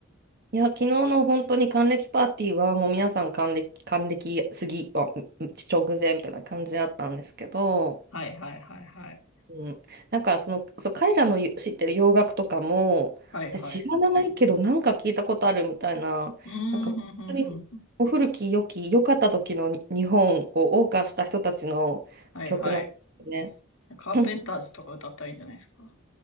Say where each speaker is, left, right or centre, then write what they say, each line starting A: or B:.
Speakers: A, on the right (about 45°); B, on the left (about 60°).
A: いや、昨日の本当に還暦パーティーはもう皆さん還暦、還暦過ぎ、あ、んん直前みたいな感じだったんですけど、
B: はいはいはいはい。
A: うん、なんかその、そう、彼らのよ知ってる洋楽とかもえ知らないけどなんか聞いたことあるみたいな、
B: はいはい。うーん、
A: なんか本当に
B: ふんふんふん。
A: もう古き良き良かった時のに日本を謳歌した人たちの曲なんですね。
B: はいはい。カーペンターズとか歌ったらいいんじゃないですか
A: <clears throat> <laughs>